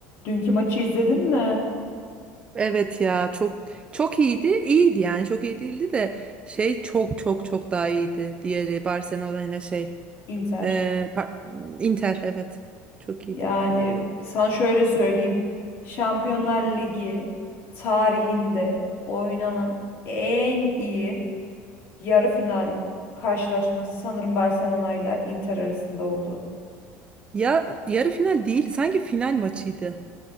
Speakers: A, on the left; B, on the right.
A: Dünkü maçı izledin mi?
B: Evet ya çok çok iyiydi. İyiydi yani çok iyi değildi de şey çok çok çok daha iyiydi. Diğeri Barcelona yine şey
A: Inter.
B: e, par- Inter evet çok iyiydi.
A: Yani sana şöyle söyleyeyim. Şampiyonlar Ligi tarihinde oynanan en iyi yarı final karşılaşması sanırım Barcelona ile Inter arasında oldu.
B: Ya yarı final değildi sanki final maçıydı.